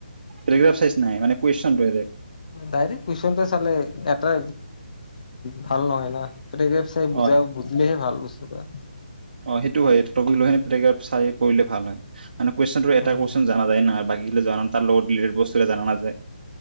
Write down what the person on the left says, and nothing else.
ডাইৰেক্ট কুৱেশ্যনটো চালে এটা ভাল নহয় ন গতিকে বুজাম
বুজিলেহে ভাল বস্তু পৰা
উম